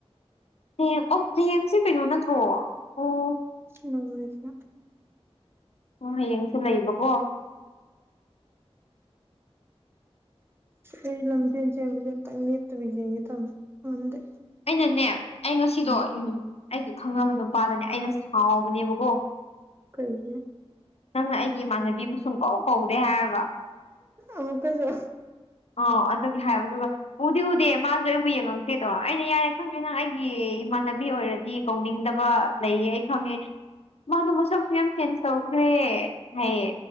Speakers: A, on the left (about 70°); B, on the right (about 20°).
A: ꯍꯦꯝ ꯑꯣ ꯄꯤꯑꯦꯝꯁꯦ ꯀꯩꯅꯣ ꯅꯠꯇ꯭ꯔꯣ ꯑꯣ
B: <unintelligible>
A: ꯍꯣ ꯍꯌꯦꯡꯁꯨ ꯂꯩꯕꯀꯣ
B: ꯑꯩ ꯂꯝꯖꯦꯟ ꯆꯦꯟꯕꯖꯦ ꯑꯝꯇꯪ ꯂꯦꯞꯇꯕꯤ ꯆꯦꯟꯒꯦ ꯇꯧꯅꯦ ꯉꯝꯗꯦ
A: ꯑꯩꯅꯅꯦ ꯑꯩ ꯉꯁꯤꯗꯣ
B: ꯎꯝ
A: ꯑꯩꯒꯤ ꯈꯪꯅꯕ ꯅꯨꯄꯥꯗꯅꯦ ꯑꯩꯅ ꯁꯥꯎꯕꯅꯦꯕꯀꯣ
B: ꯀꯩꯒꯤ
A: ꯅꯪꯅ ꯑꯩꯒꯤ ꯏꯃꯥꯟꯅꯕꯤꯕꯨ ꯁꯨꯡꯀꯧ ꯀꯧꯗꯦ ꯍꯥꯏꯔꯒ
B: ꯑꯃꯨꯀꯖꯨ
A: ꯑ ꯑꯗꯨꯒꯤ ꯍꯥꯏꯕ ꯑꯗꯨꯒ ꯎꯗꯤ ꯎꯗꯦ ꯃꯥꯁꯨ ꯑꯩꯕꯨ ꯌꯦꯡꯉꯛꯇꯦꯗꯣ ꯑꯩꯅ ꯌꯥꯔꯦ ꯈꯪꯉꯦ ꯅꯪ ꯑꯩꯒꯤ ꯏꯃꯥꯟꯅꯕꯤ ꯑꯣꯏꯔꯗꯤ ꯀꯧꯅꯤꯡꯗꯕ ꯂꯩꯌꯦ ꯑꯩ ꯈꯪꯉꯦ ꯃꯥꯗꯣ ꯃꯁꯛꯁꯨ ꯌꯥꯝ ꯆꯦꯟꯖ ꯇꯧꯈ꯭ꯔꯦ ꯍꯥꯏꯌꯦ